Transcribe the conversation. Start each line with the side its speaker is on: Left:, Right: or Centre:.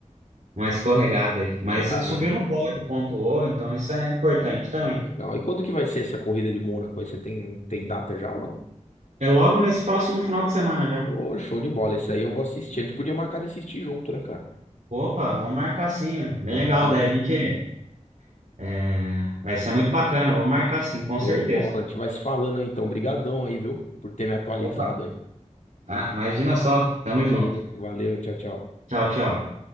Right: Uma escorregada aí. Mas
Left: Ah,
Right: ele subiu no pódio, pontuou, então isso é importante também.
Left: legal. E quando que vai ser essa corrida de Mônaco? aí? Você tem, tem data já ou não?
Right: É logo nesse próximo final de semana já.
Left: Ô, show de bola. Esse aí eu vou assistir. A gente podia marcar de assistir junto, né, cara?
Right: Opa, vamos marcar sim. Bem
Left: Combinado.
Right: legal, daí a gente. é, vai ser muito bacana, vamos marcar sim, com
Left: Show
Right: certeza.
Left: de bola. A gente vai se falando aí, então. Brigadão aí, viu? Por ter me atualizado
Right: Opa,
Left: aí.
Right: ah, imagina só. Tamo
Left: E-
Right: junto.
Left: Valeu, tchau, tchau.
Right: Tchau, tchau.